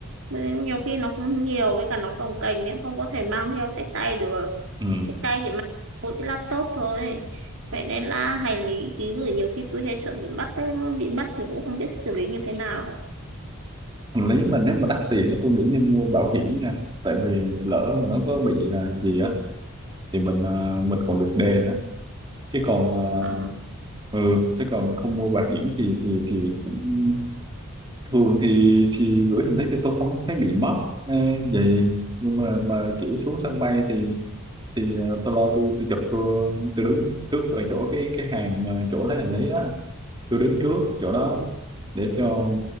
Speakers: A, on the right (about 60°); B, on the right (about 20°).
A: Bởi nhiều khi nó cũng nhiều với cả nó cồng kềnh nên không có thể mang theo xách tay được
B: ừ.
A: Trên tay chỉ mang mỗi cái laptop thôi. Vậy nên là hành lý ký gửi nhiều khi tôi hay sợ bị mất đấy. Bị mất thì cũng không biết xử lý như thế nào.
B: hành lý mà nếu mà đắt tiền á, tôi nghĩ nên mua bảo hiểm nha tại vì lỡ mà nó có bị ờ, gì á thì mình ờ, mình còn được đền á chứ còn ờ,
A: À,
B: ừ chứ còn không mua bảo hiểm thì thì thì cũng- thường thì thì gửi hành lý thì tôi không thấy bị mất à, vậy nhưng mà mà kiểu xuống sân bay thì thì ờ, tôi lo tôi tôi chụp tôi, tôi đứng trước ở chỗ cái cái hàng mà chỗ lấy hành lý á tôi đứng trước chỗ
A: ờ,
B: đó để cho